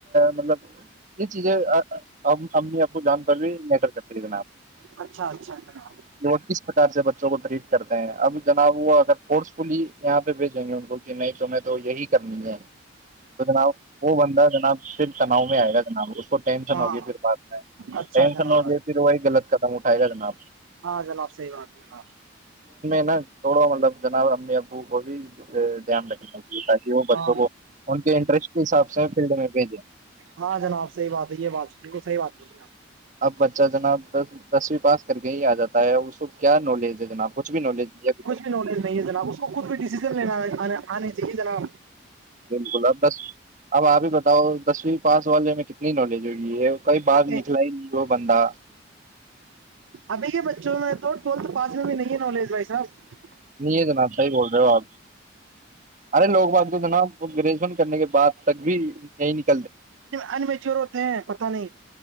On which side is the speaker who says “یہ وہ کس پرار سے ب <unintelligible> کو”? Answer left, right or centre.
Right